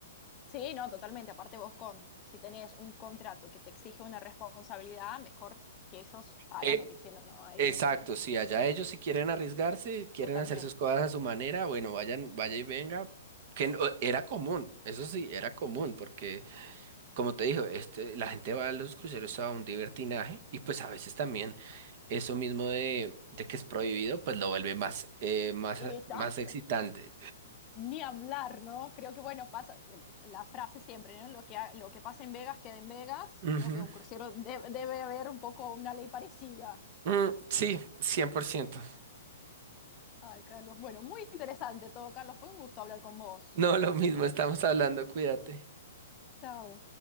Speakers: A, on the left; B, on the right.
A: Sí, no, totalmente. Aparte vos con, si tenés un contrato que te exige una responsabilidad, mejor que ellos hagan
B: Eh,
A: lo que quieran. No, ahí
B: Exacto,
A: no se mete.
B: sí, allá ellos si quieren arriesgarse, quieren
A: Totalmente.
B: hacer sus cosas a su manera, bueno, vayan, vaya y venga. Que no- era común, eso sí, era común, porque como te digo, este, la gente va a los cruceros a un divertinaje y pues a veces también eso mismo de, de que es prohibido, pues lo vuelve más, eh, más,
A: Y
B: más
A: ta-
B: excitante.
A: Ni hablar, ¿no? Creo que, bueno, pasa la frase siempre, ¿no? Lo que, ha- lo que pasa en Vegas queda en Vegas.
B: Ujú.
A: Creo que un crucero de- debe haber un poco una ley parecida.
B: Mm, sí, 100%.
A: Ay, Carlos, bueno, muy interesante todo, Carlos. Fue un gusto hablar con vos.
B: No, lo mismo, estamos hablando, cuídate.
A: Chao.